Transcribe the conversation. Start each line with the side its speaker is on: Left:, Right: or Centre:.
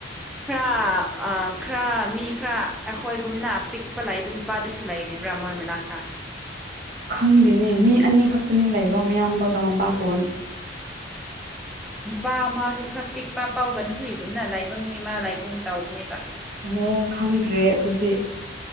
Centre: ꯈꯔ ꯈꯔ ꯃꯤ ꯈꯔ ꯑꯩꯈꯣꯏꯒꯨꯝꯅ ꯄꯤꯛꯄ ꯂꯩꯕ ꯅꯨꯄꯤ ꯅꯨꯄꯥꯗꯨꯁꯨ ꯂꯩꯔꯤꯕ꯭ꯔꯥ ꯃꯣꯏ ꯃꯅꯥꯛꯇ
Right: ꯈꯪꯗꯦꯅꯦ ꯃꯤ ꯑꯅꯤ ꯈꯛꯇꯅꯦ ꯂꯩꯕ ꯃꯌꯥꯝꯕꯒ ꯃꯄꯥꯇꯣꯟ <inaudible>
Centre: ꯅꯨꯄꯥ ꯑꯃꯁꯨ ꯈꯔ ꯄꯤꯛꯄ ꯄꯥꯎꯒꯟ ꯊꯨꯏꯒꯨꯝꯅ ꯂꯩꯕ ꯃꯤ ꯑꯃ ꯂꯩꯒꯨꯝ ꯇꯧꯕꯅꯦꯕ
Right: ꯑꯣ ꯈꯪꯗ꯭ꯔꯦ ꯑꯗꯨꯗꯤ